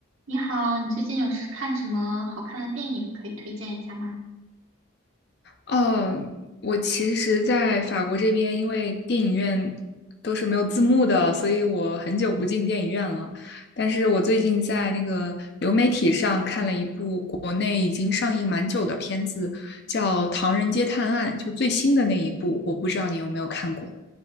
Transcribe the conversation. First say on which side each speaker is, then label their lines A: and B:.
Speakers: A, on the right (about 80°); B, on the left (about 50°).
A: 你好，你最近有是看什么好看的电影可以推荐一下吗？
B: 哦，我其实，在法国这边，因为电影院都是没有字幕的，所以我很久不进电影院了。但是我最近在那个流媒体上看了一部国内已经上映蛮久的片子，叫《唐人街探案》，就最新的那一部，我不知道你有没有看过，